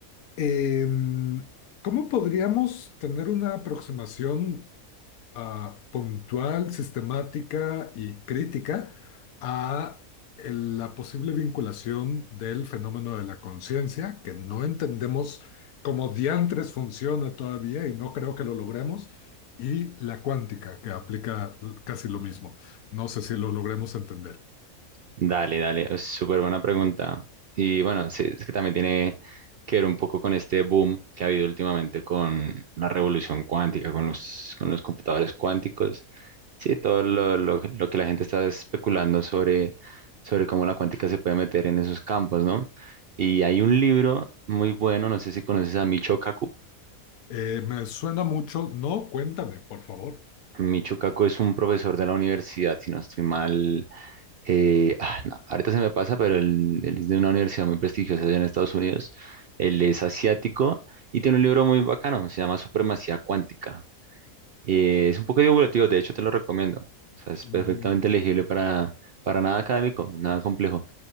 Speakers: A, on the left; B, on the right.
A: em, ¿Cómo podríamos tener una aproximación? ah, puntual, sistemática y crítica a el- la posible vinculación del fenómeno de la conciencia, que no entendemos cómo diantres funciona todavía y no creo que lo logremos, y la cuántica, que aplica l- casi lo mismo. No sé si lo logremos entender.
B: Dale, dale, es súper buena pregunta. Y bueno, sí, es que también tiene que ver un poco con este boom que ha habido últimamente con la revolución cuántica, con los, con los computadores cuánticos. Sí, todo lo, lo- lo que la gente está especulando sobre, sobre cómo la cuántica se puede meter en esos campos, ¿no? Y hay un libro muy bueno, no sé si conoces a Michio Kaku.
A: Eh, me suena mucho. No, cuéntame, por favor.
B: Michio Kaku es un profesor de la universidad, si no estoy mal, Eh, ah, no, ahorita se me pasa, pero él, él es de una universidad muy prestigiosa allá en Estados Unidos. Él es asiático y tiene un libro muy bacano, se llama Supremacía Cuántica. Eh, es un poco divulgativo, de hecho te lo recomiendo. O sea, es
A: Mm,
B: perfectamente legible para, para nada académico, nada complejo.